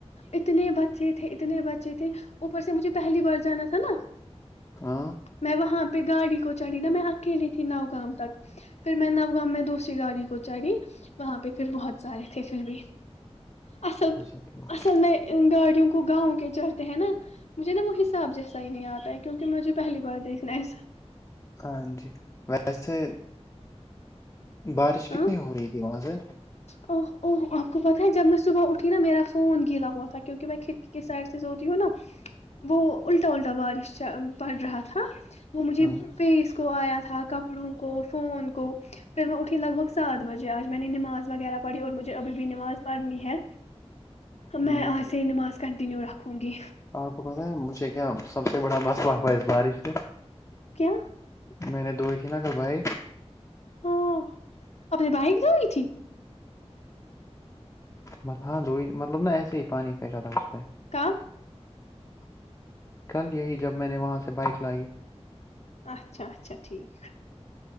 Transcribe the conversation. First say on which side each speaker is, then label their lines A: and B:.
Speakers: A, on the left; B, on the left.
A: اتنے بچے تھے اتنے بچے تھے اوپر سے مجھے پہلی بار جانا تھا نا
B: ہاں
A: میں وہاں پہ گاڑی کو چڑھی نا میں اکیلی تھی نوگام تک پھر میں نوگام میں دوسری گاڑی کو چڑھی وہاں پہ پھر بہت سارے تھے پھر بھی اصل
B: اچھا ٹھیک
A: اصل میں گاڑیوں کو گاؤں کے چڑھتے ہیں نا مجھے نا وہ حساب جیسا ہی نہیں آتا ہے کیونکہ مجھے پہلی بار دیکھا نا ایسا
B: ہاں جی ویسے بارش
A: ہاں
B: کتنی ہو رہی تھی وہاں سے
A: اوہ اوہ آپ کو پتہ ہے جب میں صبح اٹھی نا میرا فون گیلا ہوا تھا کیونکہ میں کھڑکی کی سائڈ سے سوتی ہوں نا وہ الٹا الٹا بارش چ پڑ رہا تھا وہ مجھے
B: ہاں
A: فیس کو آیا تھا کپڑوں کو فون کو پھر میں اٹھی لگ بھگ سات بجے آج میں نے نماز وغیرہ پڑھی اور مجھے ابھی بھی نماز پڑھنی ہے میں
B: ہوں
A: آج سے نماز کنٹینیو رکھوں گی
B: آپ کو پتا ہے مجھے کیا سب سے بڑا مسئلہ ہوا اس بارش سے
A: کیا
B: میں نے دھوئی تھی نا دوائی
A: ہاں آپ نے بائک جو لی تھی
B: بس ہاں دی مطلب نا ایسے ہی پانی پھینکا تھا اس پہ
A: کب
B: کل یہی جب میں نے وہاں سے بائک لائی
A: اچھا اچھا ٹھیک